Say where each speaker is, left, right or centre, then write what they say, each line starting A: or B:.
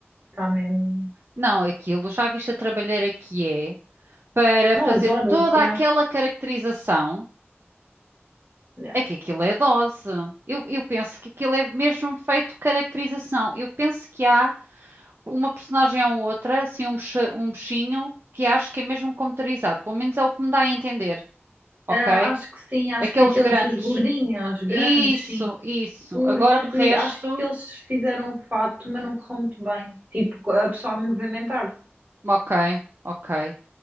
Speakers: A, on the right (about 35°); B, on the right (about 55°).
A: está mesmo.
B: Não, aquilo, já viste a trabalheira que é para
A: Não,
B: fazer
A: as horas,
B: toda
A: já.
B: aquela caracterização.
A: já.
B: É que aquilo é dose. Eu, eu penso que aquilo é mesmo feito caracterização. Eu penso que há uma personagem ou outra, assim, um, bicha- um bichinho, que acho que é mesmo computarizado. Pelo menos é o que me dá a entender, ok?
A: Ah, acho que sim, acho
B: Aqueles
A: que aqueles,
B: grandes.
A: os gordinhos, os grandes,
B: Isso,
A: sim,
B: isso.
A: porque
B: Agora o resto.
A: acho que eles fizeram o fato, mas não correu muito bem. Tipo, a pessoa a movimentar-se.
B: Ok, ok.